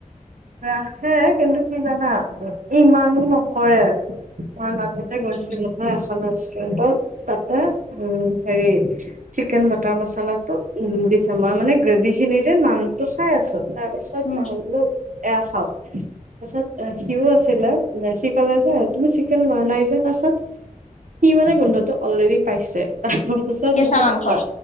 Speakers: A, on the right; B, on the left.
A: ৰাখে কিন্তু কি জানা ইমানো নকৰে। মই মাজতে
B: উম
A: গৈছিলো নহ এখন ৰেষ্টুৰেন্টত, তাতে উম হেৰি। চিকেন বাটাৰ মচলাটো উ দিচ্বাৰ মানে গ্ৰেভি খিনিৰে নামটো খাই আছো। তাৰপিছত
B: উম
A: নহ'লো এয়া খাওঁ। তাৰছত সিও আছিলে, সি কলে যে তুমি চিকেন লোৱা নাই যে? তাৰছত সি মানে গোন্ধটো অলৰেডি পাইছে। তাৰ পিছত
B: কেঁচা
A: মোক কৈছে
B: মাংসৰ
A: অ